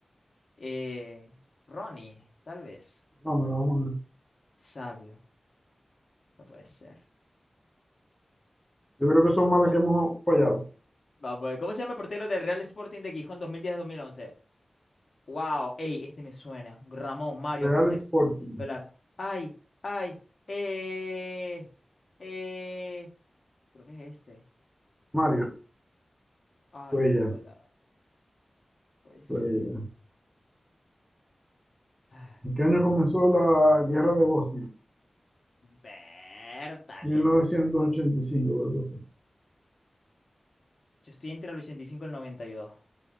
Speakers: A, on the left (about 55°); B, in the centre.
A: Eh, Ronnie, tal vez.
B: No, me la vamos a ver.
A: Sabio, no puede ser.
B: Yo creo que son más las
A: Co-
B: que hemos fallado.
A: Vamos a ver, ¿Cómo se llama el portero del Real Sporting de Gijón dos dos mil diez mil once? Wow, ey, este me suena. Ramón, Mario,
B: Real
A: José
B: Sporting.
A: Velar. Ay, ay, eh, eh. Creo que es este.
B: Mario.
A: Ay,
B: Cuellar.
A: escuela, puede ser.
B: Fue ella.
A: <sighs>
B: ¿En qué año comenzó la guerra de Bosnia?
A: Vértale.
B: 1985, creo que fue.
A: Yo estoy entre el 85 y cinco y el 92.